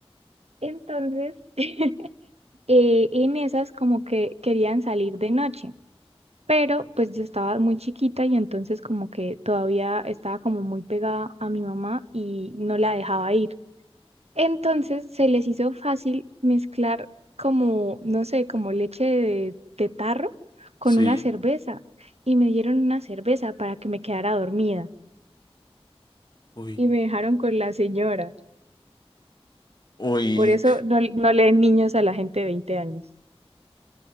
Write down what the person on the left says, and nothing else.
sí.
Uy.
Uy,